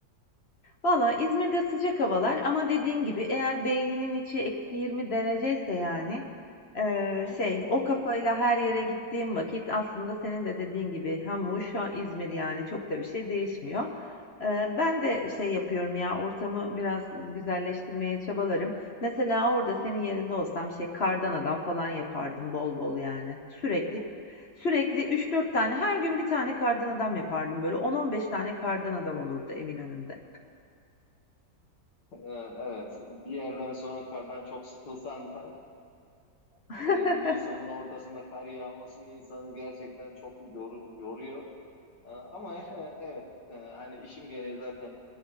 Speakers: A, on the left; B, on the left.
A: Valla İzmir'de sıcak havalar ama dediğin gibi eğer beyninin içi eksi 20 dereceyse yani eee,
B: Hı hı.
A: şey o kafayla her yere gittiğim vakit aslında senin de dediğin gibi hem Muş hem İzmir yani çok da bir şey değişmiyor. Eee, ben de şey yapıyorum ya ortamı biraz güzelleştirmeye çabalarım. Mesela orada senin yerinde olsam şey kardan adam falan yapardım bol bol yani. Sürekli sürekli üç dört tane her gün bir tane kardan adam yapardım böyle on on beş tane kardan adam olurdu evin önünde.
B: Ee, evet. Bir yerden sonra kardan çok sıkılsan da
A: <laughs>
B: hani Nisan'ın ortasında kar yağması insanı gerçekten çok yor- yoruyor. Ee, ama <laughs> evet e, hani işim gereği zaten